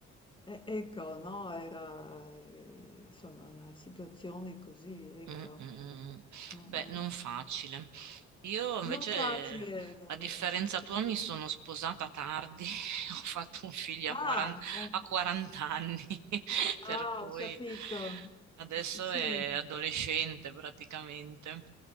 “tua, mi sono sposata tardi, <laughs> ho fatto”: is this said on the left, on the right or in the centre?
Right